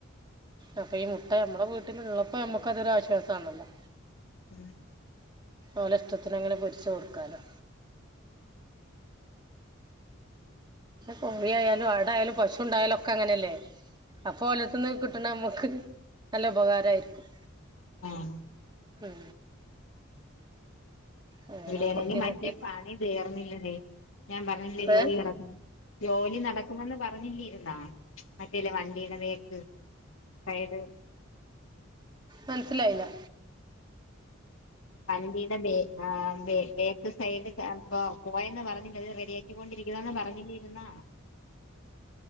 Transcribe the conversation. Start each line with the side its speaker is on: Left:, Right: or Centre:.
Right: അപ്പൊ ഈ മുട്ട നമ്മുടെ വീട്ടിലുള്ളപ്പോ നമ്മുക്കതൊരൊശ്വാസണല്ലോ
Left: ഉം
Right: ഓലെ ഇഷ്ടത്തിനങ്ങനെ പൊരിച്ച് കൊടുക്കാലോ കോഴിയായാലും ആടായാലും പശുണ്ടായാലും ക്ക അങ്ങനെയല്ലേ അപ്പൊ ഓലർ ത്ത്ന്ന് കിട്ടണ നമുക്ക് നല്ല ഉപകാരായിരിക്കും
Left: ഉം
Right: ഉം വേറെ
Left: ഇവിടെയാണെങ്കി
Right: എന്തൊക്കെയാ
Left: മറ്റേ
Right: എന്നിട്ട്
Left: പണി തീർന്നില്ലടെ ഞാൻ പറഞ്ഞില്ലേ ജോലി
Right: ഏഹ്
Left: നട ജോലി നടക്കുമെന്ന് പറഞ്ഞില്ലീരുന്നാ മറ്റേ ഇല്ല വണ്ടിട ബേക്ക് പയേദ്
Right: മനസിലായില്ല
Left: വണ്ടീട ബേ അഹ് ബേ ബേക്ക് സൈഡ് ചെപ്പൊ പോയന്ന് പറഞ്ഞില്ലേ റെഡി ക്കിക്കോണ്ടിരിക്കുന്നെന്ന് പറഞ്ഞില്ലേരുന്ന